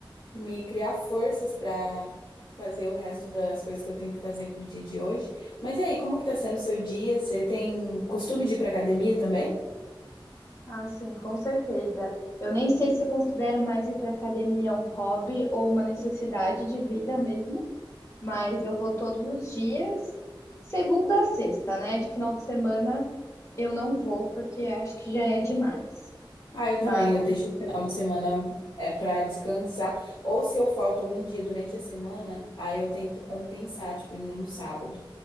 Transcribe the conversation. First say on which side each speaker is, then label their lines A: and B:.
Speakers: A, on the left; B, on the left.
A: me criar forças pra fazer o resto das coisas que eu tenho que fazer pro dia de hoje. Mas e aí, como que tá sendo o seu dia? Você tem costume de ir pra academia também?
B: Ah, sim, com certeza. Eu nem sei se eu considero mais ir para academia um hobby ou uma necessidade de vida mesmo, mas eu vou todos os dias, segunda a sexta, né? De final de semana eu não vou porque acho que já é demais.
A: Ah, eu também.
B: Mas
A: Eu deixo o final de semana é para descansar. Ou se eu falto algum dia durante a semana, aí eu tento compensar, tipo, indo no sábado.